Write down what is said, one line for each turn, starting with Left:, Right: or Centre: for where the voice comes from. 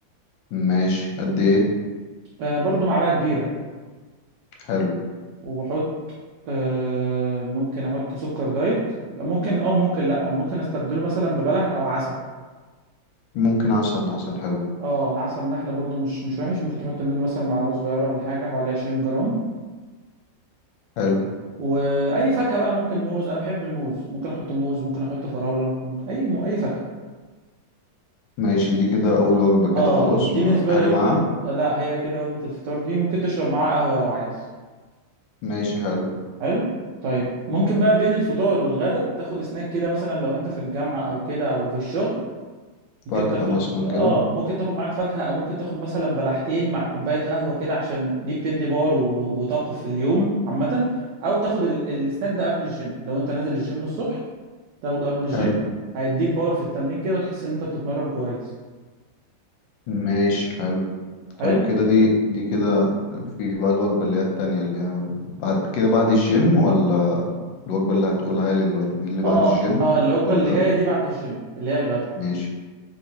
Left: ماشي قد ايه
Right: آه، برضو معلقة كبيرة
Left: حلو
Right: وبحط آه، ممكن احط سكر دايت لا ممكن اه ممكن لا ممكن استبدله مثلا ببلح او عسل
Left: ممكن عسل عسل حلو
Right: اه العسل النحل برضو مش مش وحش ممكن تحط منه مثلا معلقة صغيرة ولا حاجة حوالي 20 جرام
Left: حلو
Right: واي فاكهة بقى ممكن موز انا بحب الموز ممكن احط موز ممكن احط فراولة ممكن اي اي فاكهة
Left: ماشي دي كده اول وجبة كده
Right: اه
Left: خلاص
Right: دي
Left: ما
Right: بالنسبة
Left: في
Right: لي
Left: حاجة
Right: وجبة
Left: معاها
Right: لا هي كده وجبة الفطار دي ممكن تشرب معاها قهوة لو عايز
Left: ماشي حلو
Right: حلو طيب ممكن بقى بين الفطار والغدا تاخد سناك كده مثلا لو انت في الجامعة او كده او في الشغل ممكن
Left: فاكهة
Right: تاخد
Left: مثلا
Right: اه
Left: كده
Right: ممكن تاخد معاك فاكهة او ممكن تاخد مثلا بلحتين مع كوباية قهوة كده عشان دي بتدي باور و- وطاقة في اليوم عامة او تاخد ال... السناك ده قبل الجيم لو انت نازل الجيم الصبح تاخده قبل الجيم
Left: حلو
Right: هيديك باور في التمرين كده وتحس ان انت بتتمرن كويس
Left: ماشي حلو طيب
Right: حلو
Left: كده دي دي كده في بقى الوجبة اللي هي التانية اللي هي بعد كده بعد الجيم ولا الوجبة اللي هتقولها لي دلوقتي دي اللي بعد
Right: اه
Left: الجيم
Right: اه الوجبه
Left: ولا
Right: اللي
Left: قبل
Right: جايه دي بعد الجيم اللي هي الغدا
Left: ماشي